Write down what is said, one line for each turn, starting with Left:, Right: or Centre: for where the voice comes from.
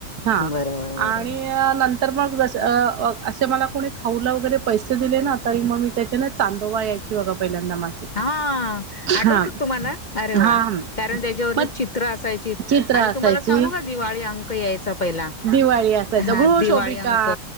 Right: हा
Left: बरोबर बरोबर
Right: आणि नं तर मग जसं अ-अ-अस मला कोणी खाऊला वगैरे पैसे दिले ना तरी मग मी त्याच्यानं चांदोवा यायची बघा नमस <unintelligible>
Left: हा
Right: म्हाम
Left: आठवत तुम्हाला अरे
Right: म्हाम
Left: वा
Right: म
Left: कारण त्याच्यावरती
Right: <inaudible> म
Left: चित्र असायचीच
Right: चित्र
Left: आणि
Right: असायची
Left: तुम्हाला सांगू का दिवाळी अंक यायचा पहिला
Right: दिवाळी असायच
Left: हा
Right: गृहशोभिका
Left: दिवाळी अंक